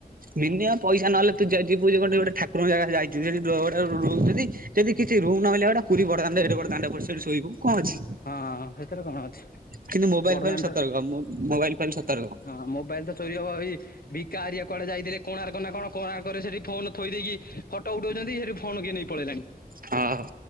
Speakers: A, on the right; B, on the left.
A: ମିନିମମ୍ ପଇସା ନହେଲେ ତୁ ଯଦି ଯିବୁ ଗୋଟେ ଠାକୁରଙ୍କ ଯାଗା ଯାଇଚୁ <unintelligible> ରହୁଚନ୍ତି। ଯେଦି କିଛି ରୁମ୍ ନ ମିଳିଲେ ବା ଗୋଟେ ପୁରୀ ବଡଦାଣ୍ଡ ଏଡେବଡ଼ ଦାଣ୍ଡ ପଡ଼ିଛି ସେଇଠି ଶୋଇବୁ କଣ ଅଛି?
B: ହଁ ହେଇଥେରେ କଣ ଅଛି?
A: କିନ୍ତୁ ମୋବାଇଲ
B: ବଡଦାଣ୍ଡରେ
A: ଫୋବାଇଲ ସତର୍କ ମୋବାଇଲ <unintelligible>
B: ହଁ ମୋବାଇଲ୍ ତ ଚୋରି ହବା ବି ବିକା ଆରିଆ କୁଆଡେ ଯାଇଥିଲେ କୋଣାର୍କ ନା କଣ କୋଣାର୍କ କରେ ସେଠି ଫୋନ ଥୋଇ ଦେଇକି ଫ ଫଟ ଉଠାଉଛନ୍ତି ସେଠୁ ଫୋନ୍ କିଏ ନେଇ ପଳେଇଲାଣି।
A: ହଁ।